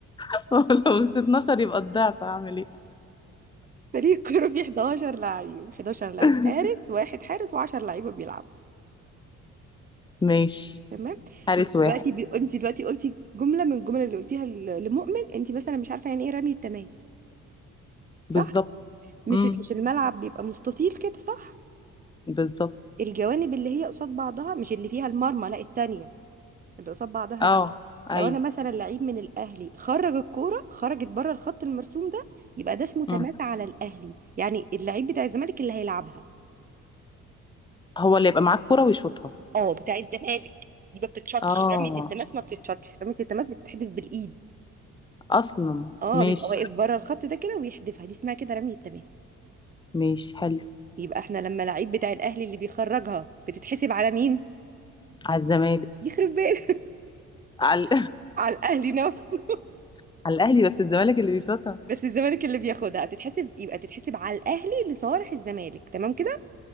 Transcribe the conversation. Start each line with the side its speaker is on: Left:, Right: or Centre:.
Left: <laughs> لو مش 12 يبقى الضعف هعمل ايه
Right: فريق كوره فيه 11 لعيب 11 لعيب
Left: <laughs>
Right: حارس واحد حارس و10 لعيبه بيلعبوا
Left: ماشي
Right: تمام
Left: حارس
Right: انت دلوقتي
Left: واحد
Right: بي... انت دلوقتي قلتي جمله من الجمل اللي قلتيها ل- لمؤمن انت مثلا مش عارفه يعني ايه رمي التماس صح
Left: بالظبط
Right: مش
Left: امم
Right: مش الملعب بيبقى مستطيل كده صح
Left: بالظبط
Right: الجوانب اللي هي قصاد بعضها مش اللي فيها المرمى لا التانية اللي قصاد بعضها
Left: اه
Right: دي
Left: ايوه
Right: لو انا مثلا لعيب من الاهلي خرج الكوره خرجت بره الخط المرسوم ده يبقى ده اسمه تماس
Left: مم.
Right: على الاهلي يعني اللعيب بتاع الزمالك اللي هيلعبها
Left: هو اللي يبقى معاك كرة ويشوطها
Right: اه بتاع الزمالك دي ما بتتشطش
Left: اه
Right: رمية التماس ما بتتشطش رمية التماس بتتحدف بالايد
Left: اصلا
Right: اه
Left: ماشي
Right: بيبقى واقف بره الخط ده كده ويحدفها دي اسمها كده رمية تماس
Left: ماشي حلو
Right: يبقى احنا لما لعيب بتاع الاهلي اللي بيخرجها بتتحسب على مين
Left: على الزمالك
Right: يخرب بيت
Left: على
Right: <laughs> على الاهلي نفسه
Left: <laughs> على الاهلي بس الزمالك اللي بيشوطها
Right: بس الزمالك اللي بياخدها تتحسب يبقى تتحسب على الاهلي لصالح الزمالك تمام كده